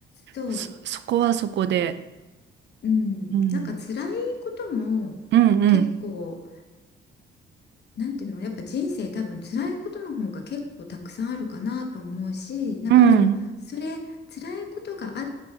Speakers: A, on the left; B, on the right.
A: そう
B: そ、そこはそこで、
A: うんなんか辛いことも
B: うん、うんうん
A: 結構なんていうのやっぱ人生多分辛いことの方が結構たくさんあるかなと思うしなんかでもそれ辛いことがあっ
B: うん